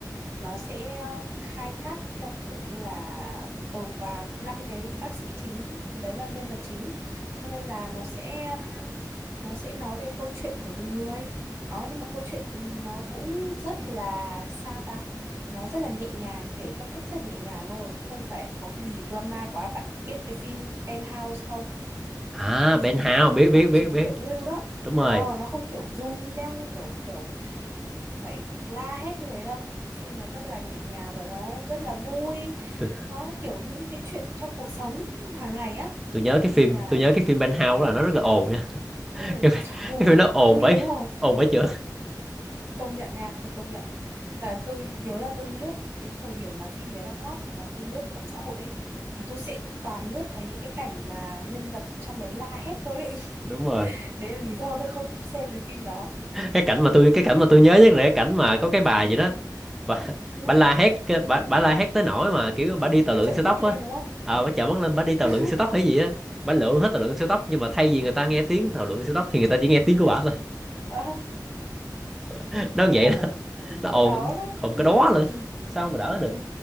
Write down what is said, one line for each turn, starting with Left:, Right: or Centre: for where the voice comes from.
Right: nó sẽ ờ, khai thác theo kiểu như là ừ, và năm cái bác sĩ chính đấy là nhân vật chính cho nên là nó sẽ um, nó sẽ nói về câu chuyện của từng người đó nhưng mà câu chuyện nó cũng rất là sao ta nó rất là nhẹ nhàng kể theo cách rất là nhẹ nhàng thôi không phải có cái gì drama quá bạn biết cái phim Penthouse không
Centre: à
Right: cái
Centre: Ben
Right: gì
Centre: Hao
Right: mà
Centre: biết
Right: cuộc
Centre: biết biết
Right: chiến
Centre: biết
Right: thượng lưu đó
Centre: đúng rồi
Right: ờ nó không kiểu rung beng kiểu kiểu phải phải la hét như thế đâu phim nó rất là nhẹ nhàng và nó rất là vui
Centre: tôi,
Right: nó kiểu những cái chuyện trong cuộc sống hàng ngày á
Centre: tôi nhớ
Right: đấy
Centre: cái phim
Right: nên là
Centre: tôi nhớ cái phim Ben Hao là nó rất là ồn nha <laughs>
Right: ừ
Centre: cái, phim-
Right: ui
Centre: cái phim nó ồn
Right: ừ
Centre: bấy
Right: đúng rồi
Centre: ồn bấy chữ
Right: công nhận nha tôi công nhận là tôi nhớ là tôi lướt cái thời điểm mà phim đấy đang hot mà tôi lướt mạng xã hội ấy, thì tôi sẽ toàn lướt thấy những cái cảnh mà nhân vật trong đấy la hét tôi ấy.
Centre: đúng rồi
Right: <laughs> đấy là lý do tôi không xem cái phim đó
Centre: cái cảnh mà tôi cái cảnh mà tôi nhớ nhất là cái cảnh mà có cái bà gì đó bà,
Right: ừ
Centre: bà la hét ờ, bà, bà la hét tới nỗi mà kiểu bà đi tàu
Right: nó
Centre: lượn
Right: trợn
Centre: siêu tốc
Right: mắt lên
Centre: á
Right: đúng không
Centre: ờ bà chợt mắt lên bà đi
Right: <laughs>
Centre: tàu lượn siêu tốc hay gì á bà lượn hết tàu lượn siêu tốc nhưng mà thay vì người ta nghe tiếng tàu lượn siêu tốc thì người ta chỉ nghe tiếng của bà thôi
Right: Ờ,
Centre: <laughs> nó vậy
Right: ổn
Centre: đó
Right: ổn
Centre: nó
Right: cỡ
Centre: ồn
Right: đó đó
Centre: ồn
Right: ừ,
Centre: cái đó lên
Right: <laughs>
Centre: sao mà đỡ
Right: ừ,
Centre: được